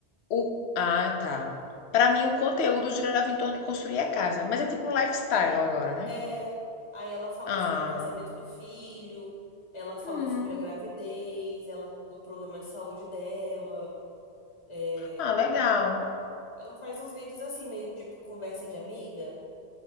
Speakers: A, on the left; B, on the left.
A: O... Ah, tá. Pra mim, o conteúdo girava em torno de construir a casa. Mas é tipo um lifestyle agora, né?
B: É, aí ela falou
A: Ah,
B: sobre o casamento do filho, ela falou
A: hum.
B: sobre a gravidez, ela, do problema de saúde dela. É,
A: Ah, legal.
B: Ela faz uns vídeos assim, meio que tipo conversa de amiga,